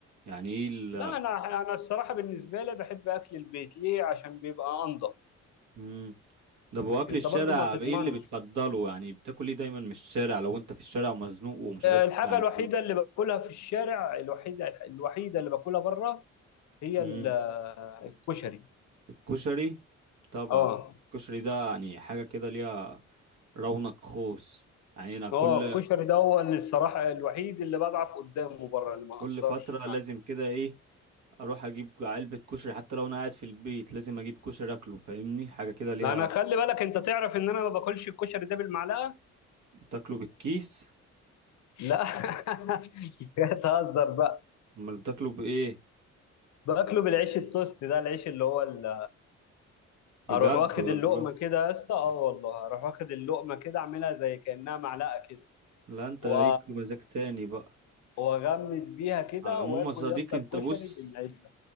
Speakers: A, on the right; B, on the left.
A: يعني ايه ال
B: لا انا انا الصراحه بالنسبه لي بحب اكل البيت ليه عشان بيبقى انضف
A: مم. ده ابو اكل
B: انت
A: الشارع
B: برضو ما تضمنش
A: ايه اللي بتفضله يعني بتاكل ايه دايما من الشارع لو انت في الشارع ومزنوق ومش عارف تطلع
B: الحاجه
A: البيت
B: الوحيده اللي باكلها في الشارع الوحيده الوحيده اللي باكلها بره هي
A: امم
B: ال- الكشري
A: الكشري طبعا
B: اه
A: الكشري ده يعني حاجة كده ليها رونق خوص يعني انا كل
B: هو الكشري ده هو اللي الصراحة الوحيد اللي بضعف قدامه بره اللي ما
A: كل
B: اقدرش
A: فترة لازم كده ايه اروح اجيب علبة كشري حتى لو انا قاعد في البيت لازم اجيب كشري اكله فاهمني حاجة كده ليها
B: لا انا خلي بالك انت تعرف ان انا ما باكلش الكشري ده بالمعلقة
A: بتاكله بالكيس
B: لا <laughs> كده تهزر بقى
A: امال بتاكله بايه
B: باكله بالعيش التوست ده العيش اللي هو ال...
A: بجد
B: اروح واخد
A: والله
B: اللقمة كده يا اسطى اه والله اروح واخد اللقمة كده اعملها زي كأنها معلقة كده
A: لا انت
B: و...
A: ليك مزاج تاني بقى
B: واغمس بيها كده
A: على العموم
B: واكل
A: يا صديقي
B: يا اسطى
A: انت
B: الكشري
A: بص
B: بالعيش ده